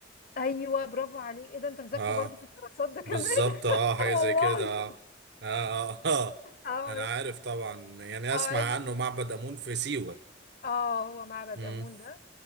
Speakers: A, on the left; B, on the right.
A: ايوه برافو عليك ايه ده انت مذاكره
B: اه
A: برضو في الدراسات ده كمان
B: بالظبط اه حاجة
A: آه والله
B: زي كده اه اه اه آه. <laughs>
A: اه
B: انا عارف طبعا يعني
A: اه
B: اسمع عنه معبد امون في سيوة
A: اه هو معبد
B: امم
A: امون ده